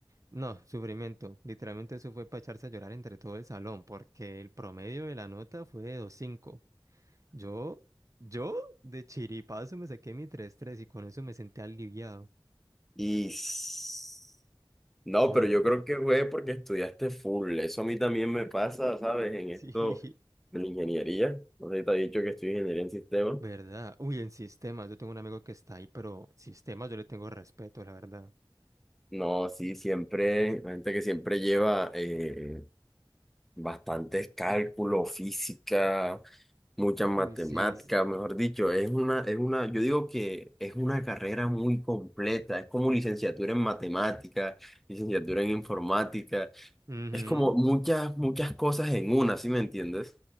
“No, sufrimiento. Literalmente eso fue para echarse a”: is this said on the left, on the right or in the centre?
Right